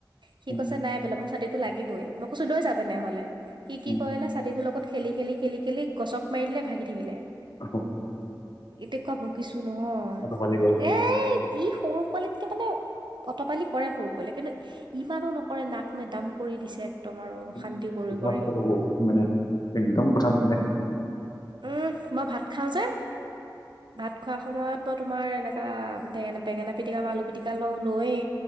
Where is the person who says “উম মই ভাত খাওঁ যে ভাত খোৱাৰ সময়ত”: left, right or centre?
Right